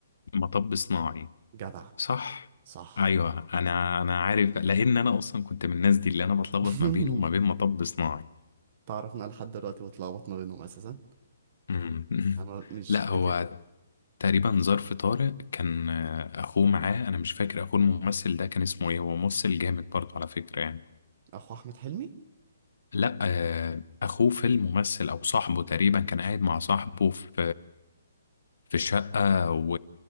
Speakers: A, on the left (about 75°); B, on the right (about 30°).
A: مطب صناعي
B: جدع
A: صح
B: صح
A: ايوه انا انا عارف لان انا اصلا كنت من الناس دي اللي انا بتلخبط
B: <laughs>
A: ما بينه وما بين مطب صناعي
B: تعرف إن انا لحد دلوقتي بتلخبط ما بينهم اساسا
A: أمم. <laughs>
B: انا مش
A: لا
B: فاكر
A: هو تقريبا ظرف طارق كان آه، اخوه معاه انا مش فاكر اخوه الممثل ده كان اسمه ايه هو ممثل جامد برضه على فكرة يعني
B: اخو احمد حلمي
A: لا آه، اخوه في الممثل او صاحبه تقريبا كان قاعد مع صاحبه في في الشقة و...